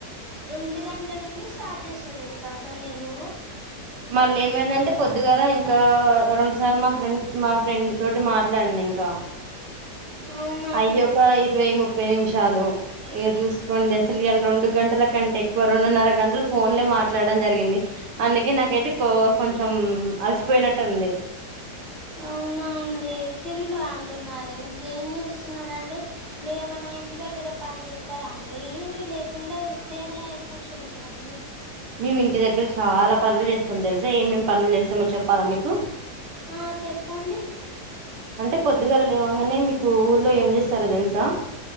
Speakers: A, in the centre; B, on the right.
A: రెండు గంటల నుండి స్టార్ట్ చేసిన తెలుసా అసలు నేను
B: మళ్ళీ ఏమైందంటే పొద్దుగాల ఇంకా కా రెండు సార్లు మా ఫ్రెండ్ మా ఫ్రెండ్ తోటి మాట్లాడినా ఇంకా
A: అవునా
B: అయ్యి ఒక ఇరవై ముప్పై నిమిషం షాలు ఇగా చూసుకోండి అసలు ఇయాలా రెండు గంటల కంటే ఎక్కువ రెండున్నర గంటలు ఫోన్లే మాట్లాడ జరిగింది అందుకే నాకైతే కో కొంచెం అలసిపోయినట్టు ఉంది
A: అవునా తినరా అండి మరి ఇంకేం చేస్తున్నారా అండి మీరేమైన్నా ఇ ఇంటి దగ్గర పనిచేస్తారా అండి లేకుండా వత్తిగానే కూర్చుంటారా అండి
B: మేము ఇంటి దగ్గర చాలా పనులు చేస్తాం తెలుసా ఏమేమి పనులు చేస్తామో చెప్పాలా మీకు
A: ఆ చెప్పండి
B: అంటే పొద్దుగాల లేవంగానే మీకు ఊర్లో ఏం చేస్తారో తెలుసా